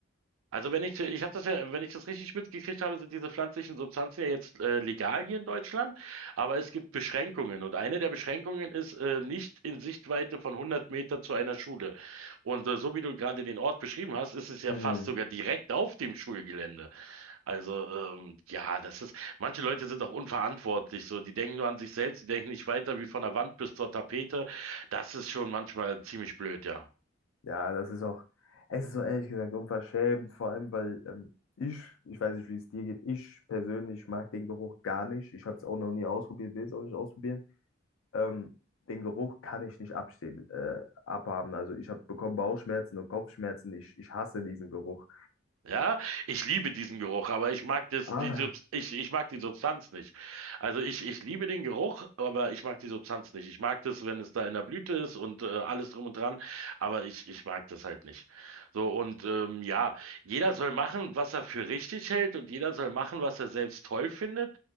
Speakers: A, on the right; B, on the left.
A: Also wenn ich, ich habe das ja, wenn ich das richtig mitgekriegt habe, sind diese pflanzlichen Substanzen ja jetzt äh, legal hier in Deutschland, aber es gibt Beschränkungen und eine der Beschränkungen ist äh, nicht in Sichtweite von 100 Meter zu einer Schule. Und äh, so wie du gerade den Ort beschrieben hast, ist es ja
B: Mhm.
A: fast sogar direkt auf dem Schulgelände. Also ähm, ja, das ist, manche Leute sind auch unverantwortlich, so die denken nur an sich selbst, die denken nicht weiter wie von der Wand bis zur Tapete. Das ist schon manchmal ziemlich blöd, ja.
B: Ja, das ist auch, es ist so ehrlich gesagt unverschämt, vor allem weil ähm, ich, ich weiß nicht, wie es dir geht, ich persönlich mag den Geruch gar nicht. Ich habe es auch noch nie ausprobiert, will es auch nicht ausprobieren. Ähm, den Geruch kann ich nicht abstehen, äh, abhaben. Also ich habe bekommen Bauchschmerzen und Kopfschmerzen. Ich, ich hasse diesen Geruch.
A: Ja, ich liebe diesen Geruch, aber ich mag das,
B: Ah,
A: die, Subs- ich, ich mag die Substanz nicht. Also ich, ich liebe den Geruch, aber ich mag die Substanz nicht. Ich mag das, wenn es da in der Blüte ist und äh, alles drum und dran, aber ich, ich mag das halt nicht. So, und ähm, ja, jeder soll machen, was er für richtig hält und jeder soll machen, was er selbst toll findet.